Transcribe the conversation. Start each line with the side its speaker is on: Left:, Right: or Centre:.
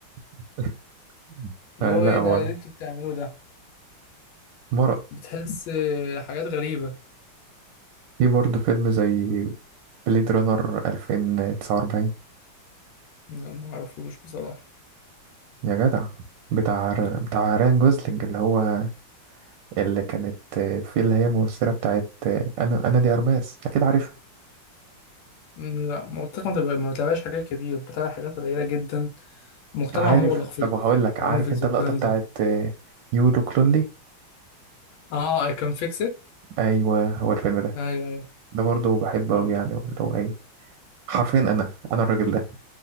Right: <laughs>
Left: اللي
Right: آه،
Left: هو
Right: لا
Left: ايه ده
Right: هو
Left: اللي انتوا بتعملوه ده
Right: مرض
Left: بتحس آه، حاجات غريبه
Right: في برضه فيلم زي بليد رانر 2049
Left: لا ما اعرفوش بصراحة
Right: يا جدع بتاع
Left: م-
Right: بتاع ريان جوزلينج اللي هو اللي كانت في اللي هي الممثلة بتاعت أنا أنا دي أرماس أكيد عارفها
Left: لا مؤخرا ما ما بتابعش حاجات كتير بتابع حاجات قليلة جدا مجتمع
Right: عارف
Left: مغلق في
Right: طب هقول لك
Left: النوفلز
Right: عارف أنت
Left: والكلام
Right: اللقطة بتاعت
Left: ده
Right: يو لوك لونلي
Left: اه اي كان فيكس ات
Right: أيوه هو الفيلم ده
Left: ايوه ايوه
Right: ده برضه بحبه
Left: مم.
Right: أوي يعني اللي هو إيه حرفيا انا انا الراجل ده